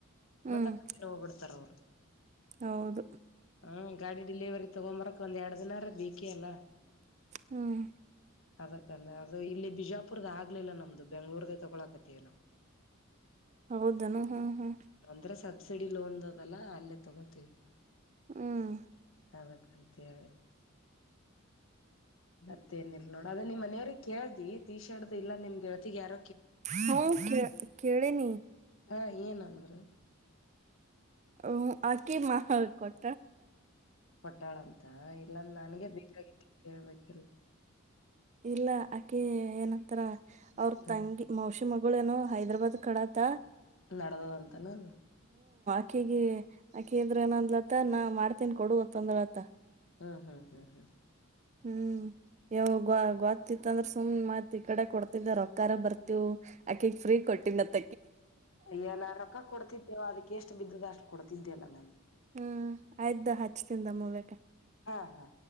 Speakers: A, on the right (about 35°); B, on the left (about 65°).
A: ಹ್ಮ್
B: ಮತ್ತತ್ ಅ ಹೋಗಬಡ್ತಾರ ಅವ್ರು
A: ಹೌದು
B: ಹಾ ಗಾಡಿ ಡಿಲಿವರಿ ತಗೊಂಬರಕ್ ಒಂದ ಎರಡ್ ದಿನರ ಬೇಕಿ ಅಲ್ಲ
A: ಹ್ಮ್
B: ಅದಕ್ಕಂದ್ರೆ ಅದು ಇಲ್ಲಿ ಬಿಜಾಪುರ್ದ ಆಗ್ಲಿಲ್ಲ ನಮ್ದು ಬೆಂಗ್ಳೂರ್ದ ಕಲಕತನವು
A: ಹೌದನು ಹ್ಮ್ ಹ್ಮ್
B: ಅಂದ್ರೆ ಸಬ್ಸಿಡಿ ಲೋನ್ದಲ್ಲ ಅಲ್ಲೇ ತಗೋತೀವಿ
A: ಹ್ಮ್
B: ಅದಕ್ಕಂತ ಹೇಳಿ ಮತ್ತೇನಿಲ್ಲ ನೋಡ ಅದ ನಿಮ್ಮ ಮನೆಯವ್ರಿಗೆ ಕೇಳ್ದಿ ಟೀ ಶರ್ಟ್ ಇಲ್ಲ ನಿಮ್ಗೆಳ್ತಿಗೆ ಯಾರ
A: ಹ ಕೆ ಕೆೇಳೆ ನೀ
B: ಹಾ ಏನಂದ್ರರು
A: ಹ್ ಆಕಿ ಮಾ ಕೊಟ
B: ಹೊಟ್ಟಾಳ ಅಂತ ಇಲ್ಲಾಂದ ನನ್ಗೆ ಬೇಕಾಗಿ ತಿುವಕೀಲ್
A: ಇಲ್ಲ ಆಕೆ ಏನಂತರ ಅವ್ರ
B: ಹ್ಮ್
A: ತಂಗಿ ಮೋಷ ಅ ಮಗಳು ಏನು ಹೈದ್ರಾಬಾದ್ ಕಡತ
B: ನಡದದಂತನ
A: ಅಕ್ಕಿಗೆ ಆಕ್ಕಿ ಇದ್ರ ನಂದ್ಲತ ನಾ ಮಾಡ್ತೀನ್ ಕೊಡತ್ತಂದ್ರತ
B: ಹ್ಮ ಹಾ ಹಾ ಹಾ
A: ಹ್ಮ್ ಯಾವ ಗ ಗೊತ್ತಿತ್ತ ಅಂದ್ರೆ ಸುಮ್ನೆ ಮತ್ ಈ ಕಡೆ ಕೊಡ್ತಿದ್ದ ರೊಕ್ಕಕಾರ ಬರ್ತಿವ ಅಕ್ಕಿಂಗ ಫ್ರೀ ಕೊಡಕತ್ತಾನ್
B: ಅಯ್ಯ ನಾ ರೊಕ್ಕ ಕೊಡ್ತಿದ್ದೇವ ಅದಕ್ಕೆ ಎಷ್ಟು ಬಿದ್ದದ ಅಷ್ಟು ಕೊಡ್ತಿದ್ದೆಲ್ಲಾ ನಾನು
A: ಹ್ಮ ಆಯ್ದ ಹಚ್ಚಿತ್ತಿನಿ ದಮ್ ಹೊಲಕಾ
B: ಹಾ ಹಾ